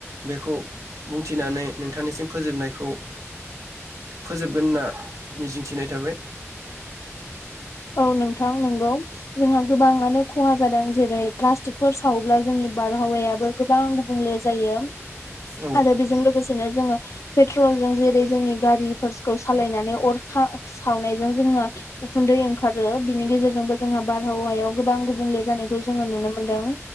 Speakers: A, on the right (about 85°); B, on the left (about 75°).
A: बेखौ बुंथिनानै नोंथांनिसिम फोजोबनायखौ ओ फोजोबगोन ना? मिजिंथिनाय थाबाय।
B: औ नोंथां नंगौ जोंहा गोबाङानो खहा जादों जेरै प्लास्टिकफोर सावोब्ला जोंनि बारहावायाबो गोबां गुबुंले जायो।
A: औ
B: आरो बेजों लोगोसेनो जोङो पेट्रल जों जेरै जोंनि गारिफोरखौ सालायनानै अरखा सावनायजों जोंङो उखुन्दै ओं खारो बिनि गेजेरजोंबो जोंहा बारहावायाव गोबां गुबुंले जानायखौ जोङो नुनो मोनदों